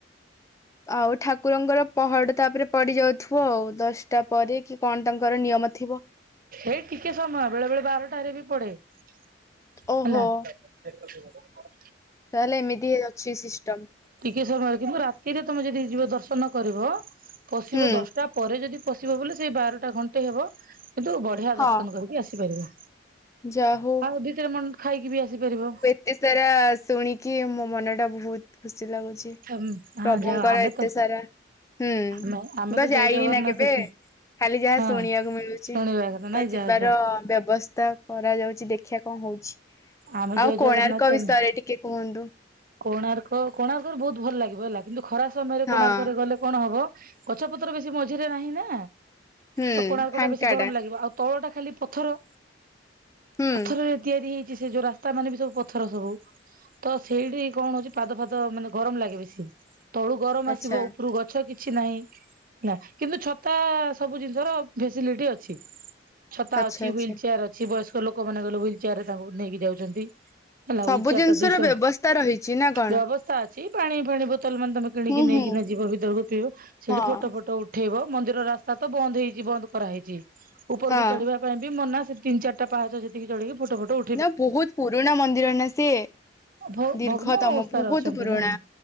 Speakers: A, on the left; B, on the right.
A: ଆଉ ଠାକୁରଙ୍କର ପହଡ ତାପରେ ପଡି ଯାଉଥିବ। ଆଉ ଦଶଟା ପରେ କି କଣ ତାଙ୍କର ନିୟମ ଥିବ।
B: ଏଇ ଟିକେ ସମୟ ବେଳେ ବେଳେ ବାରଟାରେ ବି ପଡେ ହେଲା।
A: ଓହୋ
B: ଦ <unintelligible>
A: ତାହେଲେ ଏମିତି ଅଛି ସିଷ୍ଟମ।
B: ଟିକେ ସମୟ, କିନ୍ତୁ ରାତିରେ ତମେ ଯଦି ଯିବ ଦର୍ଶନ କରିବ ପଶିବ
A: ହୁଁ
B: ଦଶଟା ପରେ ଯଦି ପଶିବ ବୋଲେ, ସେଇ ବାରଟା ଘଣ୍ଟେ ହେବ କିନ୍ତୁ ବଢିଆ
A: ହଁ
B: ଦର୍ଶନ କରିକି ଆସିପାରିବ।
A: ଯା ହଉ
B: ଆଉ ଭିତରେ ମ ଖାଇକି ବି ଆସିପାରିବ।
A: ଏ ସାରା ଶୁଣିକି ମୋ ମନ ଟା ବହୁତ ଖୁସି ଲାଗୁଛି,
B: ହଁ
A: ପ୍ରଭୁଙ୍କର
B: ଯାଅ ଆମେ
A: ଏତେ
B: ତ
A: ସାରା ହୁଁ
B: ଆମେ ଆମେ
A: ମୁଁ ତ ଯାଇନି
B: ଜୟ ଜଗନ୍ନାଥ
A: ନା କେବେ।
B: ଦେଖି
A: ଖାଲି ଯାହା
B: ହଁ
A: ଶୁଣିବାକୁ ମିଳୁଛି
B: ଶୁଣିବା କଥା
A: ତ
B: ନାଇଁ
A: ଯିବାର
B: ଯାଅ ଯାଅ
A: ବ୍ୟବସ୍ଥା କରାଯାଉଛି, ଦେଖିବା କଣ ହଉଛି
B: ଆମେ ଜୟ
A: ଆଉ କୋଣାର୍କ
B: ଜଗନ୍ନାଥ
A: ବିଷୟରେ ଟିକେ କୁହନ୍ତୁ।
B: କୋଣାର୍କ କୋଣାର୍କରେ ବହୁତ ଭଲ ଲାଗିବ ହେଲା। କିନ୍ତୁ ଖରା ସମୟରେ
A: ହଁ
B: କୋଣାର୍କରେ ଗଲେ କଣ ହବ ଗଛ ପତ୍ର ବେଶୀ ମଝିରେ ନାହିଁ ନା
A: ହୁଁ
B: ତ କୋଣାର୍କ
A: ଫାଙ୍କା
B: ଟା ବେଶୀ ଗରମ ଲାଗିବ। ଆଉ ତଳ ଟା ଖାଲି ପଥର
A: ହୁଁ
B: ପଥରରେ ତିଆରି ହେଇ ସେ ଯୋଉ ରାସ୍ତା ମାନେ ବି ସବୁ ପଥର ସବୁ। ତ ସେଇଠି କଣ ହଉଛି ପାଦ ଫାଦ ମାନେ ଗରମ ଲାଗେ ବେଶି। ତଳୁ ଗରମ
A: ଆଚ୍ଛା।
B: ଆସିବ ଉପରୁ ଗଛ ଛ କିଛି ନାହିଁ। ନା କିନ୍ତୁ ଛତା ସବୁ ଜିନିଷର ଫେସିଲିଟି ଅଛି। ଛତା
A: ଆଚ୍ଛା
B: ଅଛି
A: ଆଚ୍ଛା
B: ହ୍ୱବିଲ ଚେୟାର ଅଛି। ବୟସ୍କ ଲୋକମାନେ ଗଲେ ହ୍ୱିଲ ଚେୟାର ରେ ତାଙ୍କୁ ନେଇକି ଯାଉଛନ୍ତି। ହେଲା
A: ସବୁ
B: ହ୍ୱିଲ ଚେୟାରଟା
A: ଜିନିଷ
B: ଦୁଇସ
A: ର ବ୍ୟବସ୍ଥା ରହିଛି ନା କଣ?
B: ବ୍ୟବସ୍ଥା ଅଛି, ପାଣି ଫାଣି ବୋତଲ ମାନେ ତମେ କିଣିକି
A: ହୁଁ
B: ନେଇକିନା
A: ହୁଁ
B: ଯିବ ଭିତରକୁ ପିଇବ। ସେଠି
A: ହଁ।
B: ଫଟୋ ଫଟ ଉଠେଇବ। ମନ୍ଦିର ରାସ୍ତା ତ ବନ୍ଦ ହେଇଛି ବନ୍ଦ କରାହେଇଛି ଉପରକୁ
A: ହଁ
B: ଚଢିବା ପାଇଁ ବି ମନା ସେ ତିନି ଚାରିଟା ପାହାଚ ସେତିକି ଚଳକି ଫୋଟ ଫଟୋ ଉ
A: ନା ବହୁତ ପୁରୁଣା ମନ୍ଦିର ନା ସେ
B: ଭ
A: ଦୀର୍ଘ
B: ଭଗ୍ନ
A: ତମ
B: ଅବସ୍ଥାରେ
A: ବହୁତ
B: ଅଛନ୍ତି
A: ପୁରୁଣା।
B: ନା